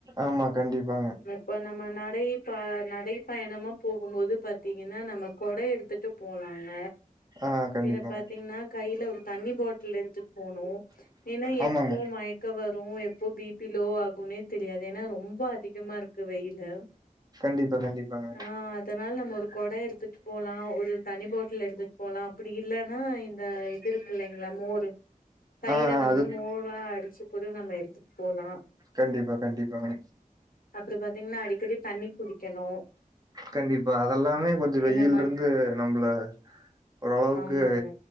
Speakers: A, on the right (about 25°); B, on the left (about 85°).
A: ஆமா கண்டிப்பாங்க
B: இப்ப நம்ம நடை ப நடைப்பயணமா போ குமோது பாத்தீங்கன்னா நம்ம கொட எடுத்துட்டு போலாங்க
A: ஆ கண்டிப்பாங்க
B: எனக் பாத்தீங்னா கையில ஒரு தண்ணி பாட்டுல் எடுத்துட் போனு ஏன்னா
A: ஆமாங்க
B: எப்போ மயக்க வரு எப்போ பிபி லோ ஆகுன்னே தெரியாது ஏன்னா ரொம் போ அதிகமா இருக்கு வெய்லு
A: கண்டிப்பா கண்டிப்பாங்க
B: ஆ த்தனால் நம்ம ஒரு கொட எடுத்துட்டு போலா ஒரு தனி பாட்டுல் எடுத்துட்டு போலா அப்புடி இல்லனா இந்த திருருக் இல்லைங்ளா மோரு தயிர
A: ஆ
B: வந்து
A: அது
B: மோர்ரா அடிச்சு கூட நம்ம எடுத்துட் போலா
A: கண்டிப்பா கண்டிப்பாங்க
B: அப்பற பாத்தீங்ன்னா அடிக்கடி தண்ணி குடிக்கணு
A: கண்டிப்பா அதல்லாமே கொஞ்ச வெய்யிலருந்து
B: இந்த மாதிரி
A: நம்மள ஓரளவுக்கு
B: ஆமாங்க